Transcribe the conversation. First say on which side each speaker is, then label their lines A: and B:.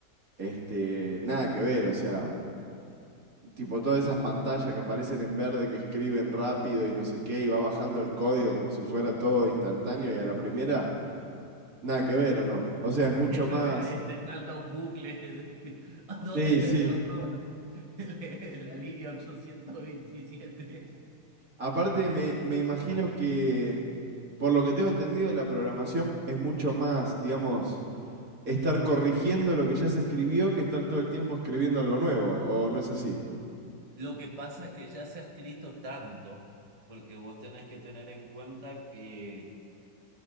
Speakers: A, on the right; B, on the right.
A: este, nada que ver, o sea, tipo todas esas pantallas que aparecen en verde que escriben rápido y no sé qué, y va bajando el código como si fuera todo instantáneo y a la primera. Nada que ver, ¿o no? O sea, es
B: <laughs>
A: mucho más...
B: te salta un bucle. <laughs> Decir, ¿a ¿Dónde
A: Sí,
B: está
A: sí.
B: el error? <laughs> En La, línea 827.
A: Aparte, me, me imagino
B: Dale.
A: que, por lo que tengo entendido, la programación es mucho más, digamos, estar corrigiendo lo que ya se escribió que estar todo el tiempo escribiendo algo nuevo, ¿o no es así?
B: Lo que pasa es que ya se ha escrito tanto, porque vos tenés que tener en cuenta que